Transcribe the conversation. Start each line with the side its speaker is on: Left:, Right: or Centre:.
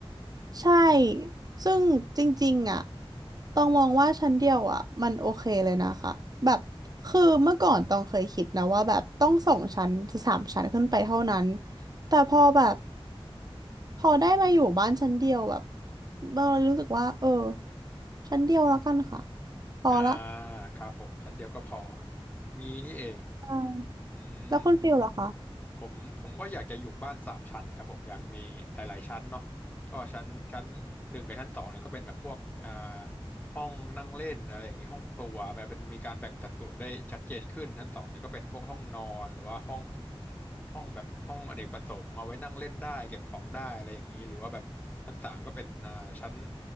Right: ใช่ซึ่งจริงๆอ่ะต้องมองว่าชั้นเดียวอ่ะมันโอเคเลยนะคะแบบคือเมื่อก่อนต้องเคยคิดนะว่าแบบต้องสองชั้นหรือสามชั้นขึ้นไปเท่านั้นแต่พอแบบพอได้มาอยู่บ้านชั้นเดียวแบบเรารู้สึกว่าเออชั้นเดียวแล้วกันค่ะ
Left: ๆ
Right: พอละ
Left: อ่าครับผมชั้นเดียวก็พอ งี้นี่เอง
Right: ใช่
Left: อืม
Right: แล้วคุณฟิลล่ะคะ
Left: ผมผมก็อยากจะอยู่บ้านสามชั้นครับผมอยากมีหลายๆชั้นเนาะก็ชั้นชั้นหนึ่งกับชั้นสองเนี่ยก็เป็นแบบพวกอ่าห้องนั่งเล่นอะไรอย่างนี้ห้องครัวแบบเป็นมีการแบ่งสัดส่วนได้ชัดเจนขึ้นชั้นสองเนี่ยก็เป็นพวกห้องนอนหรือว่าห้องห้องแบบห้องอเนกประสงค์เอาไว้นั่งเล่นได้เก็บของได้อะไรอย่างนี้หรือว่าแบบชั้นสามก็เป็นอ่าชั้น